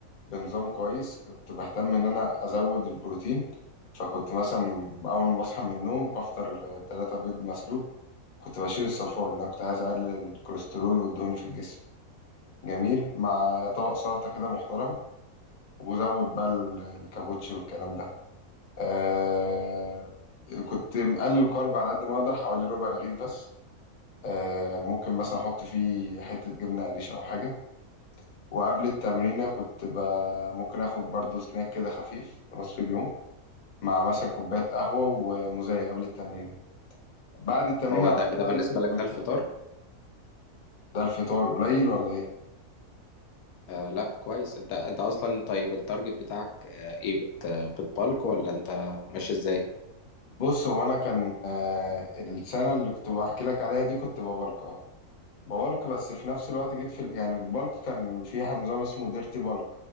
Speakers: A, on the left; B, on the left.
A: بنظام كويس كنت بهتم إن أنا أزود البروتين فكنت مثلا أول ما بصحى من النوم بفطر آه، تلاتة بيض مسلوق كنت بشيل الصفار لأن أنا كنت عايز أقلل الكوليسترول والدهون في الجسم جميل مع طبق سلطة كده محترم وزود بقى ال- الكابوتشي والكلام ده آه كنت مقلل الكارب على قد ما اقدر حوالي ربع رغيف بس آه ممكن مثلا احط فيه حتة جبنة قريش او حاجة وقبل التمرينة كنت ب- ممكن اخد برضو سناك كده خفيف في نص اليوم مع مثلا كوباية قهوة ومزايا قبل التمرينة بعد التمرينة
B: هو
A: على
B: ده
A: طول
B: كده
A: بقى
B: بالنسبة
A: لازم
B: لك
A: بروتين
B: ده الفطار
A: ده الفطار قليل ولا ايه؟
B: آه لا كويس انت انت اصلا طيب التارجت بتاعك آه، ايه بت بتبالك ولا انت ماشي ازاي
A: بص هو انا كان آه السنة اللي كنت بحكي لك عليها دي كنت ببلك اه بولك بس في نفس الوقت جيت في ال... يعني البلك كان في نظام اسمه ديرتي بلك